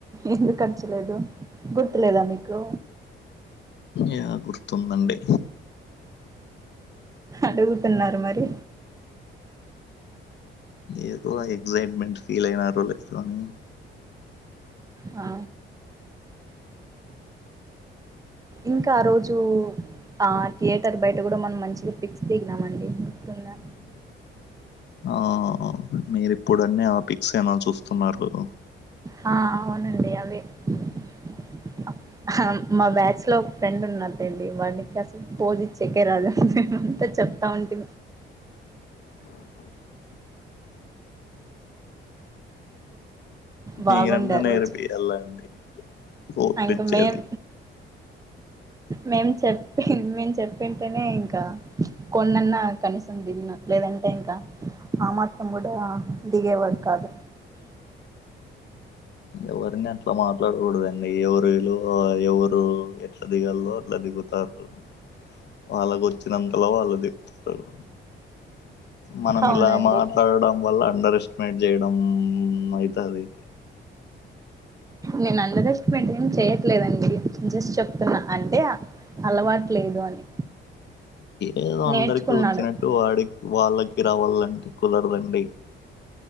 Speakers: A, on the right; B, on the left.
A: ఎందుకు అర్చలేదు గుర్తులేదా మీకు
B: యా గుర్తుందండి
A: అడుగుతున్నారు మరి
B: ఏదో ఎక్సైట్మెంట్ ఫీల్ అయినారో లేదో అని
A: ఆ ఇంకా ఆ రోజు ఆ థియేటర్ బయట కూడా మనం మంచిగా ఫిక్స్ దిగినామండి గుర్తుందా
B: అవును మీరి ఇప్పుడు అన్ని ఆపిక్స్ ఏమ చూస్తున్నారు కదా
A: హ అవునండి అవే <unintelligible> మా బ్యాచ్ లో ఫ్రెండ్ ఉన్నాటండి వాళ్ళకి అసలు పోజచ్చేకే రాదు మే అంతా చెప్తా ఉంటే బాగుండే
B: మీరన్నా
A: ఆరోజు
B: నేర్పియాలా అండి ఫోటోలు
A: ఇంక
B: ఇచ్చేది
A: మేం మేం చెప్పి మేము చెప్పింటేనే ఇంకా కొన్నన్నా కనీసం దిగినం లేదంటే ఇంకా ఆ మాత్రం కూడా దిగేవాడు కాదు
B: ఎవరిని అట్లా మాట్లాడకూడదండి ఎవరు వే లో ఎవరు ఎట్లా దిగాలో అట్లా దిగు తారు వాళ్ళకు వచ్చినంతలో వాళ్ళు దికుతారు మనం
A: అవునండి
B: ఇలా మాట్లాడడం వల్ల అండర్ ఎస్టిమేట్ చేయడం అయితది
A: నేను ఉండరెస్టిమేట్ ఏం చేయట్లేదండి జస్ట్ చెప్తున్నా అంటే అలవాటులేదు అని
B: ఏదో
A: నేర్చుకున్నాడు
B: అందరికి వచ్చినట్టు వాడి వాళ్ళకి రావాలంటే కుదరదండి